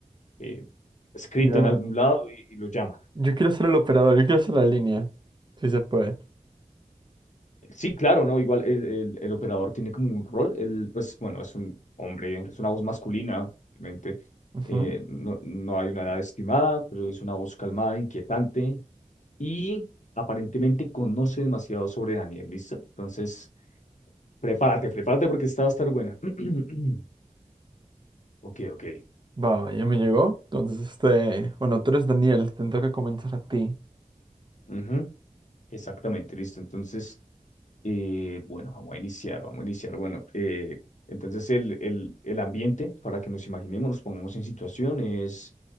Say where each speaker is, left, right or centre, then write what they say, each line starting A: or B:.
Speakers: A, on the left; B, on the right.
A: eh, escrito
B: ya.
A: en algún lado y y lo llama.
B: Yo quiero ser el operador, yo quiero ser la línea. Sí se puede.
A: Sí, claro, ¿no? Igual el, el- el operador tiene como un rol, él, pues bueno, es un hombre, es una voz masculina, obviamente.
B: Ujú.
A: Eh, no, no hay una edad estimada, pero es una voz calmada, inquietante y aparentemente conoce demasiado sobre Daniel, ¿listo? Entonces, prepárate, prepárate porque esta va a estar buena. <clears throat> Ok, ok.
B: Va, va, ya me llegó. Entonces, este, bueno, tú eres Daniel, te toca comenzar a ti.
A: Ujú, Exactamente, listo. Entonces, eh, bueno, vamos a iniciar, vamos a iniciar. Bueno, eh, entonces el, el, el ambiente, para que nos imaginemos, nos pongamos en situaciones